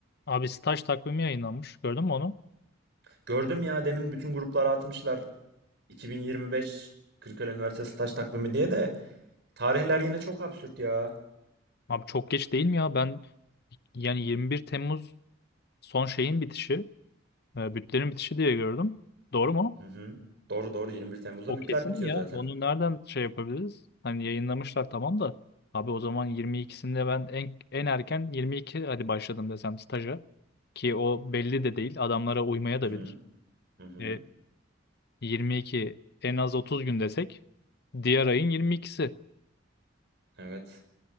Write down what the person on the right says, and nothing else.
Gördüm ya demin bütün gruplara atmışlar 2025 Kırıkkale Üniversitesi staj takvimi diye de tarihler yine çok absürt ya.
Hı hı. Doğru doğru 21 Temmuz'da
bütler
bitiyor
zaten.
Hı
hı.
Hı hı.
Evet.